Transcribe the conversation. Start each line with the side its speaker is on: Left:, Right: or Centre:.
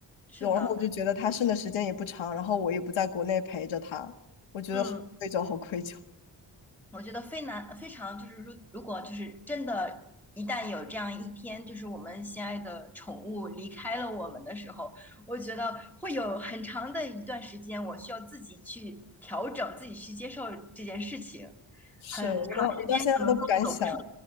Centre: 是的。
Left: 然后我就觉得它剩的时间也不长，然后我也不在国内陪着它，我觉得好愧疚，
Centre: 嗯，
Left: 好愧疚。
Centre: 我觉得非难非常就是如如果就是真的，一旦有这样一天，就是我们心爱的宠物离开了我们的时候，我觉得会有很长的一段时间，我需要自己去调整，自己去接受这件事情，
Left: <laughs> 是我到我到现在都不敢想。
Centre: 很长时间可能都走不出。